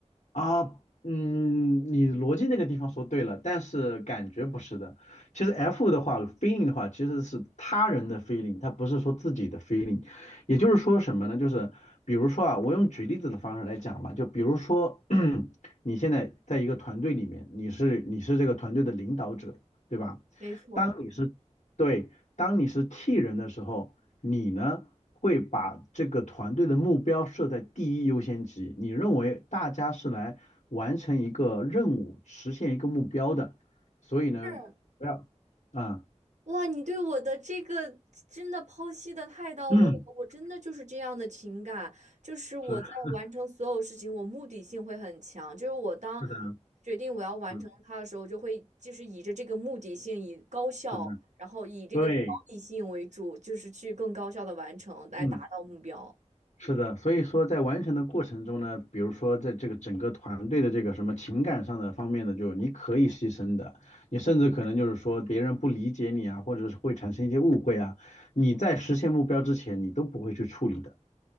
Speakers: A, on the left; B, on the right.
A: 啊，嗯，你逻辑那个地方说对了，但是感觉不是的。其实 F 的话，feeling 的话，其实是他人的 feeling，它不是说自己的 feeling。也就是说什么呢？就是比如说啊，我用举例子的方式来讲吧，就比如说 <clears throat> 你现在在一个团队里面，你是你是这个团队的领导者，对吧？
B: 没错，
A: 当你是对，当你是 T 人的时候。你呢会把这个团队的目标设在第一优先级，你认为大家是来完成一个任务、实现一个目标的，所以呢，
B: 是，
A: 不要，嗯，
B: 哇，你对我的这个真的剖析的太到位了，
A: <clears throat>
B: 我真的就是这样的情感，就是我在完成所有事情，
A: 是
B: 我目的性会很强，就是我当
A: 是的，
B: 决定我要完成它的时候，
A: 嗯，
B: 就会就是以着这个目的性，以高效，
A: 是的，
B: 然后以这个目的性为主，
A: 对，
B: 就是去更高效的完成，来达到目标。
A: 嗯。是的，所以说在完成的过程中呢，比如说在这个整个团队的这个什么情感上的方面的，就你可以牺牲的，你甚至可能就是说别人不理解你啊，或者是会产生一些误会啊，你在实现目标之前，你都不会去处理的，